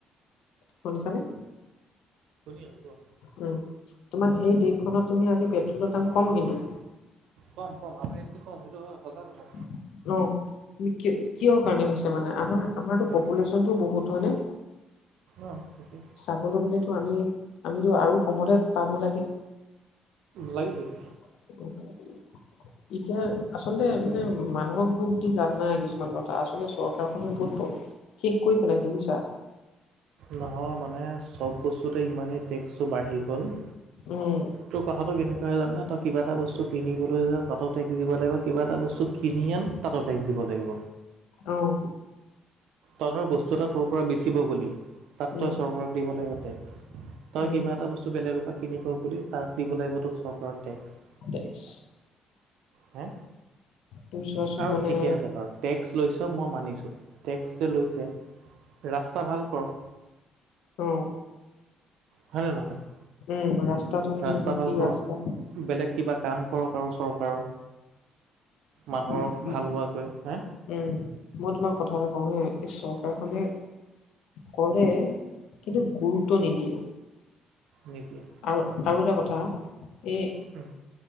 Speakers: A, on the left; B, on the right.
A: শুনিছানে?
B: শুনিছোঁ।
A: উম, তোমাৰ সেই দেশখনত তুমি আজি পেট্ৰলৰ দাম কম কিন্তু।
B: কম কম আমাৰ ইয়াতকে কম, সেইটো হয় সঁচা কথা।
A: হেল্ল'। কি কিহৰ কাৰণে হৈছে মানে আমাৰ আমাৰতো
B: উম,
A: পপুলেশ্যনটো বহুত হয় নে।
B: অঁ সেইটোৱেই।
A: চাবলৈ গ'লেটো আমি, আমিতো আৰু কমতহে পাব লাগে
B: লাগিব তো।
A: <unintelligible> এতিয়া আচলতে মানে মানুহক দোষ দি লাভ নাই কিছুমান কথা, আচলতে চৰকাৰখনো বহুত শেষ কৰি পেলাইছে বুজিছা।
B: নহয় মানে চ'ব বস্তুতে ইমানেই টেক্সটো বাঢ়ি গ'ল-
A: উম,
B: তোৰ কথাটো কেনেকুৱা জানানে তই কিবা এটা বস্তু কিনিবলৈ যা তাতো টেক্স দিব লাগিব, কিবা এটা বস্তু কিনি আন তাতো টেক্স দিব লাগিব।
A: অঁ।
B: তই ধৰ বস্তু এটা তোৰ পৰা বেচিব গলি তাত
A: উম,
B: তই চৰকাৰক দিব লাগিব টেক্স। তই
A: উম,
B: কিবা এটা বস্তু বেলেগৰ পৰা কিনিব গলি তাত দিব লাগিব তোক চৰকাৰৰ টেক্স।
A: টেক্স,
B: হে
A: তুমি চোৱাচোন
B: আৰু
A: মানে
B: ঠিকে আছে বাৰু টেক্স লৈছ মই মানিছোঁ, টেক্স যে লৈছে ৰাস্তা ভাল কৰক।
A: অঁ।
B: হয়নে নহয়?
A: উম, ৰাস্তা তুমি
B: ৰাস্তা
A: চোৱাচোন
B: ভাল
A: কি
B: কৰক
A: ৰাস্তা।
B: বেলেগ কিবা কাম কৰক আৰু চৰকাৰৰ মানুহক
A: উম, উম,
B: ভাল হোৱাকৈ হা
A: উম মই তোমাক কথা এটা কওঁ হা এই চৰকাৰখনে কৰে কিন্তু গুৰুত্ব নিদিয়ে।
B: নিদিয়ে
A: আৰু আৰু এটা কথা এই
B: উম